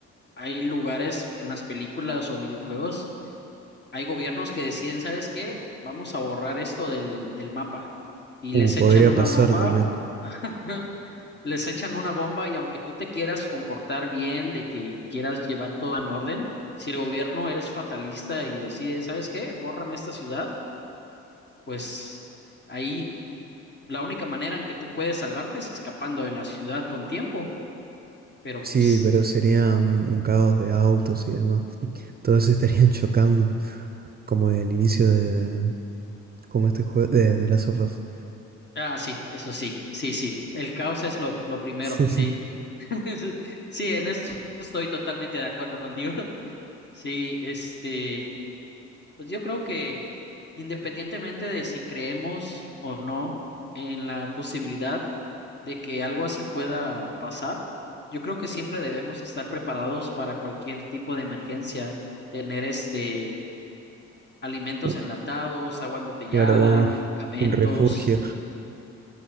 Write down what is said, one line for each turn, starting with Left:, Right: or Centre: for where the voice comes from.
Left: hay lugares en las películas o videojuegos, hay gobiernos que deciden, ¿sabes qué? Vamos a borrar esto del, del mapa y
Right: Uh,
Left: les
Right: podría
Left: echan una
Right: pasar
Left: bomba.
Right: también.
Left: <laughs> les echan una bomba y aunque tú te quieras comportar bien, de que quieras llevar todo en orden, si el gobierno es fatalista y decide, ¿sabes qué? Bórrame esta ciudad, pues ahí la única manera en que tú puedes salvarte es escapando de la ciudad con tiempo. Pero
Right: Sí,
Left: pues,
Right: pero sería un, un caos de autos y demás. Todos <laughs> se estarían chocando, como el inicio de, como este juego de, de Last of Us.
Left: ah, sí, eso sí, sí, sí, el caos es lo, lo primero,
Right: <laughs>
Left: sí. <laughs> Sí, en eso estoy totalmente de acuerdo contigo. <laughs> Sí, este, Pues yo creo que independientemente de si creemos o no en la posibilidad de que algo así pueda pasar, yo creo que siempre debemos estar preparados para cualquier tipo de emergencia, tener este alimentos
Right: U-
Left: enlatados, agua embotellada,
Right: Claro, un,
Left: medicamentos.
Right: un refugio,